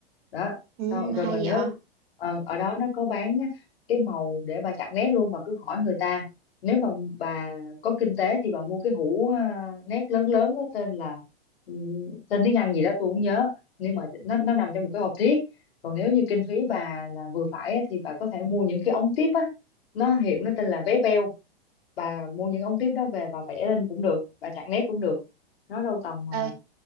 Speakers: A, on the left; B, on the right.
A: đó sau
B: Ừ,
A: rồi
B: hay
A: bà nhớ
B: vậy.
A: ờ, ở đó nó có bán á, cái màu để bà chặn nét luôn bà cứ hỏi người ta nếu mà bà có kinh tế thì bà mua cái hũ à, nét lớn lớn đó, tên là ừm, tên tiếng Anh gì đó tôi không nhớ nhưng mà nó nó nằm trong một cái hộp thiếc còn nếu như kinh phí bà là vừa phải á, thì bà có thể mua những cái ống tiếp á nó hiệu nó tên là vé beo bà mua những ống tiếp đó về bà vẽ lên cũng được bà chặn nét cũng được nó đâu tầm à,
B: Ê,